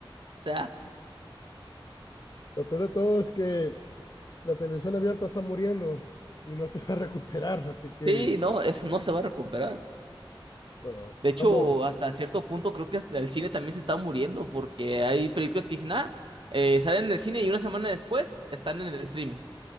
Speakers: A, on the right; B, on the left.
A: sea,
B: Lo peor de todo es que la televisión abierta está muriendo y no se va a <laughs> recuperar, así que
A: sí, no, eso no se va a recuperar.
B: no,
A: De hecho,
B: vamos.
A: hasta cierto punto creo que hasta el cine también se está muriendo, porque hay películas que dicen, ah, eh, salen en el cine y una semana después están en el streaming.